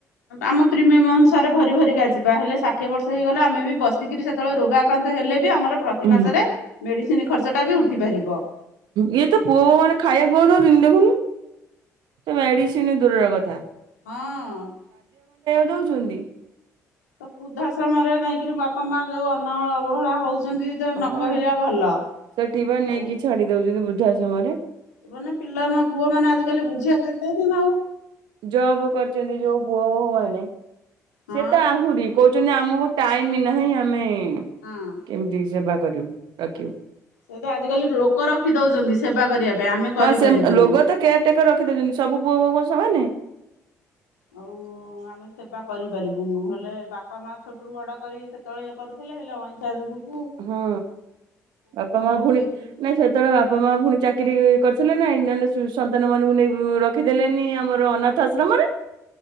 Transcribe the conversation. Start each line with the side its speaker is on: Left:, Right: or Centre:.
Left: ଆମ ପ୍ରିମୟମ ଅନୁସାରେ ଭରି ଭରିକା ଯିବା ହେଲେ ଷାଠିଏ ବର୍ଷ ହେଇଗଲା ଆମେ ବି ବସିକିରି ସେତେବେଳେ ରୋଗା କ୍ରାନ୍ତ ହେଲେ ଆମର ପ୍ରତି
Right: ହୁଁ।
Left: ମାସରେ ମେଡିସିନ ଖର୍ଚ୍ଚ ଟା ବି ଉଠି ପାରିବ।
Right: ଇଏ ତ ପୁଅ ବୋଉ ମାନେ ଖାଇବାକୁ କହୁ ଦଉଛନ୍ତି ଦେଖୁନୁ ସେ ମେଡିସିନ ଦୂରର କଥା।
Left: ହଁ।
Right: ରଉଛନ୍ତି।
Left: ତ ବୃଦ୍ଧାଶ୍ରମରେ ନେଇକିରି ବାପା ମା ଯୋଉ ଅନ ଅବହେଳା ହଉଛି। କହୁଛନ୍ତି ତ ନ
Right: ହଁ
Left: କହିଲା ଭଲ
Right: ସେଠି ବା ନେଇକି
Left: ଆଉ
Right: ଛାଡି ଦଉଛନ୍ତି ବୃଦ୍ଧାଶ୍ରମରେ।
Left: ଏମାନେ ପିଲା ମ ପୁଅ ମାନେ ଆଜିିକାଲି ବୁଝିବା କରିଥାନ୍ତି ନା ଆଉ।
Right: ଯବ କରୁଛନ୍ତି ଯୋଉ ପୁଅ ବୋହୁ ମାନେ।
Left: ହଁ
Right: ସେ ତ ଆହୁରି କହୁଛନ୍ତି ଆମକୁ ଟାଇମ୍ ନାହିଁ ଆମେ ହୁଁ
Left: ହଁ।
Right: କେମିତି ସେବା କରିବୁ ରଖିବୁ।
Left: ସେ ତ ଆଜିକାଲି ଲୋକ ରଖି ଦଉଛନ୍ତି ସେବା କରିବା ପାଇଁ। ଆମେ କରିପାରିବୁନୁ।
Right: ହଁ ସେ ଲୋଗ ତ କେୟାର ଟେକର ରଖିଦଉଛନ୍ତି ସବୁ ପୁଅ ବୋଉ କଣ ସମାନେ।
Left: ହୋଉ। ହଁ ଆମେ ସେବା କରିପାରିବୁ ନହଲେ ବାପା ମାଆ ଛୋଟରୁ ବଡ଼ କରି ସେତେବେଳେ ଇଏ କରୁଥିଲେ ଅଇଁଠା ଯୋଗୁ
Right: ହଁ ବାପା ମାଆ
Left: ବୋହୂ
Right: ପୁଣି
Left: କେହି ବି
Right: ନାଇଁ ସେତେବେଳେ ବାପା ମାଆ ପୁଣି ଚାକିରି କରିଥିଲେ ନାଇଁ ନହେଲେ ସନ୍ତାନ ମାନଙ୍କୁ ନେଇ ରଖିଦେଲେନି ଆମର ଅନାଥ ଆଶ୍ରମରେ।